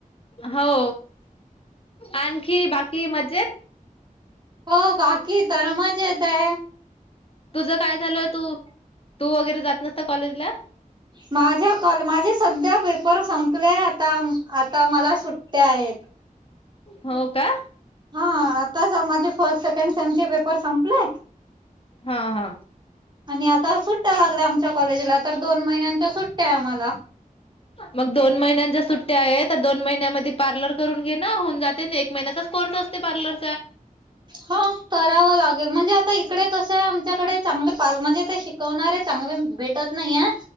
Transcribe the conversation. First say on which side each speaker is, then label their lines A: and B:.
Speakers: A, on the left (about 40°); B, on the right (about 30°).
A: हो आणखी बाकी मज्जेत
B: हो बाकी तर मजेत ये.
A: तुझं काय चालूय तू तू वगैरे जात नसत कॉलेज ला
B: माझ्या कल माझे सध्या पेपर संपले आता आता मला सु ट्या आहेत.
A: हो का
B: हा आताच माझे फर्स्ट सेकंड टर्म चे पेपर संपले.
A: हा हा
B: आणि आता सुट्ट्या लागल्या आमच्या कॉलेजला तर दोन महिन्यांच्या सुट्ट्या य आम्हाला
A: मग दोन महिण्यात ट्या आहे आता दोन महिन्यामध्ये पार्लर करून घे ना होऊन जाते ना एक महिनचाच कोर्स असते पार्लर.
B: हा करावं लागेल म्हणजे आता इकडे कसंय च्याकडे चांगले पाल म्हणजे ते शिकवणारे चांगले भेटत नाही ये